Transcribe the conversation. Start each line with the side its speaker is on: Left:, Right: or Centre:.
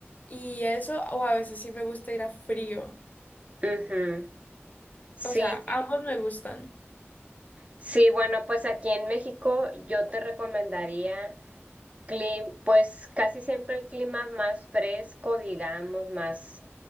Left: y eso, o a veces sí me gusta ir a frío.
Right: Ujú. Sí,
Left: O sea,
Right: sí,
Left: ambos me gustan.
Right: sí, bueno, pues aquí en México yo te recomendaría clim- pues casi siempre el clima más fresco, digamos, más,